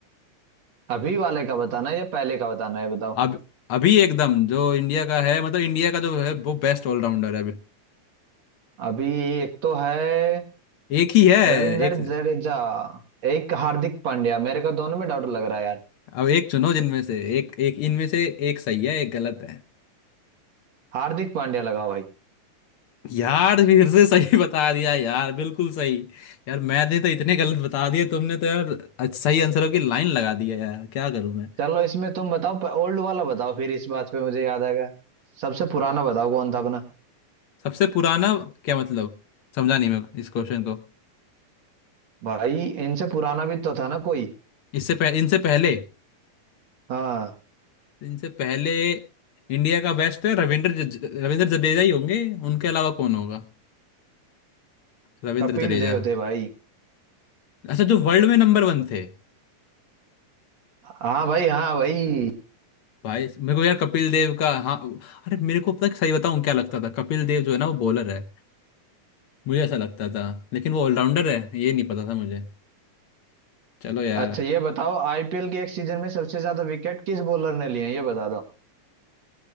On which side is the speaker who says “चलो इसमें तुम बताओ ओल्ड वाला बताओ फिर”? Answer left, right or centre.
Right